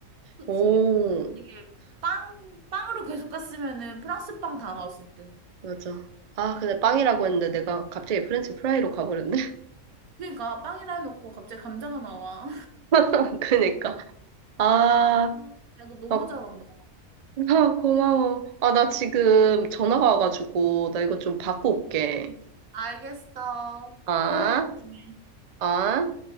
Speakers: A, on the right (about 90°); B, on the right (about 60°).
A: 그치?
B: 오,
A: 이게 빵, 빵으로 계속 갔으면은 프랑스 빵 다 나왔을 듯.
B: 맞아. 아, 근데 빵이라고 했는데 내가 갑자기 프렌치 프라이로 가버렸네.
A: 그러니까 빵이라 해놓고 갑자기 감자가 나와.
B: <laughs> 그니까. 아,
A: <laughs> 야, 너 너무
B: 막,
A: 잘한다.
B: 아, 고마워. 아, 나 지금 전화가 와가지고, 나 이거 좀 받고 올게.
A: 알겠어.
B: 아,
A: 또 해, 나중에.
B: 아.